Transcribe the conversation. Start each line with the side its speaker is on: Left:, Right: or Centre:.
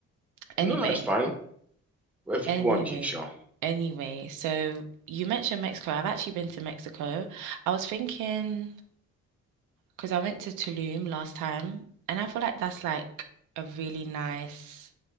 Right: Anyway,
Centre: No, that's fine. Whatever
Right: anyway,
Centre: you want, Keisha.
Right: anyway. So you mentioned Mexico. I've actually been to Mexico. I was thinking because I went to Tulum last time, and I feel like that's like a really nice